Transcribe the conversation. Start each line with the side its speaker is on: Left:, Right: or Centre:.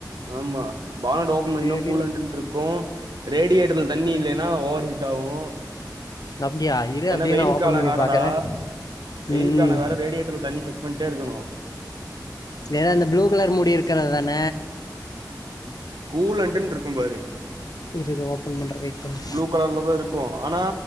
Right: ஆமா பாண்ட் ஓபன் பன்னின
Left: தெரில
Right: கூலண்ட்டுருக்கு ரேடியேட்டர்ல தண்ணி இல்லலேனா ஓவர் ஹீட் ஆவு
Left: அப்டியா இரு
Right: ஏன்னா
Left: அப்டியே
Right: வெயில்
Left: நா ஓபன்
Right: காலோ
Left: பண்ணி
Right: வேறடா
Left: பாக்குறே
Right: வெயில்
Left: ம்
Right: காலோ வேற ரேடியேட்டர்ல தண்ணி செக் பண்ட்டே இருக்கனோ
Left: வேற அந்த ப்ளூ கலர் மூடி இருக்கறது தான
Right: கூலண்டுன்ருக்கும் பாரு
Left: இரு இரு ஓபன் பண்றே வெயிட் பண்ணு
Right: ப்ளூ கலர்லதா இருக்கோ ஆனா